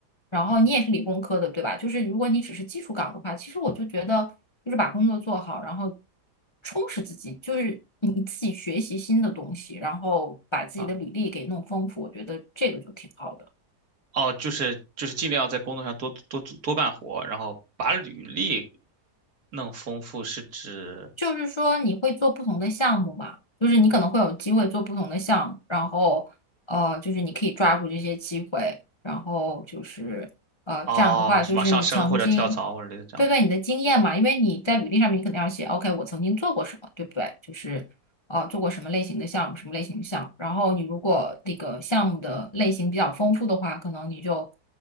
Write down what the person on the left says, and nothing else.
然后你也是理工科的，
对吧？就是如果你只是技术岗的话，其实我就觉得就是把工作做好，然后充实自己，就是你你自己学习新的东西，然后把自己的履历给弄丰富，
我觉得这个就挺好的。
就是说你会做不同的项目嘛，就是你可能会有机会做不同的项目，然后呃，就是你可以抓住这些机会，然后就是呃，
这样的话就是你曾经
对对你的经验嘛，因为你在履历上面你肯定要写，OK，我曾经做过什么，对不对？就是。啊，做过什么类型的项目，什么类型的项目。然后你如果那个项目的类型比较丰富的话，可能你就，